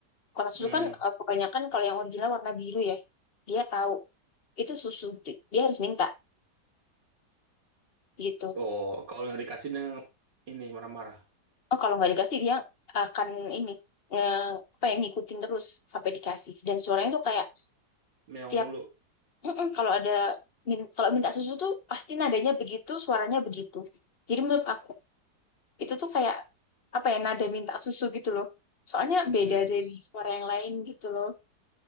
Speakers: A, on the left; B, on the right.
A: Kotak susu
B: Mm.
A: kan eh, kebanyakan kalau yang original warna biru ya. Dia tahu itu susu. Dia harus minta gitu.
B: Oh, kalau nggak dikasih dia ini marah-marah.
A: Oh, kalau nggak dikasih dia akan ini nge apa ya, ngikutin terus sampai dikasih. Dan suaranya tuh kayak
B: Meong
A: setiap
B: mulu.
A: "Mm-mm," kalau ada min- kalau minta susu tuh pasti nadanya begitu, suaranya begitu. Jadi menurut aku itu tuh kayak apa ya nada minta susu gitu loh. Soalnya beda
B: Hmm.
A: dari suara yang lain gitu loh.